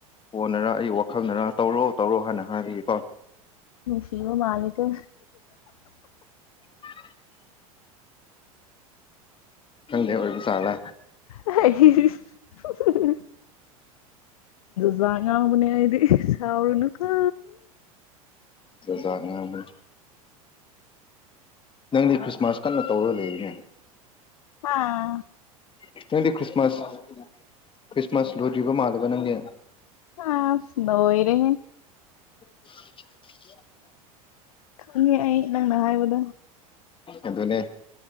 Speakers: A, on the left (about 30°); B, on the left (about 70°).
A: ꯀꯣꯟꯅꯔ ꯑꯩꯒꯤ ꯋꯥꯈꯜꯗꯔ ꯇꯧꯔꯣ ꯇꯧꯔꯣ ꯍꯥꯏꯅ ꯍꯥꯏꯕꯤꯌ
B: ꯁꯤꯕ ꯃꯥꯂꯤꯒꯣ
A: <unintelligible> ꯀꯪꯗꯦ ꯑꯣꯏꯔ ꯃꯁꯥꯂ
B: <inaudible> ꯖꯥꯉꯕꯅꯦꯗꯤ ꯆꯥꯎꯔꯅ ꯈ
A: ꯆꯖꯥꯔꯃꯜ ꯅꯪꯗꯤ ꯈ꯭ꯔꯤꯁꯃꯥꯁ ꯀꯟꯅ ꯇꯧꯔꯒ ꯂꯩꯔꯤꯅꯦ
B: ꯑꯥ
A: ꯈ꯭ ꯅꯪꯗꯤ ꯈ꯭ꯔꯤꯁꯃꯥꯁ ꯈ꯭ꯔꯤꯁꯃꯥꯁ ꯂꯔꯤꯕ ꯃꯥꯂꯕ ꯅꯪꯒꯤ
B: ꯑꯥꯅꯔꯦ
A: <inaudible>
B: ꯈꯪꯉꯦ ꯑꯩ ꯅꯪꯅ ꯍꯥꯏꯕꯗꯣ
A: ꯑꯗꯨꯅꯦ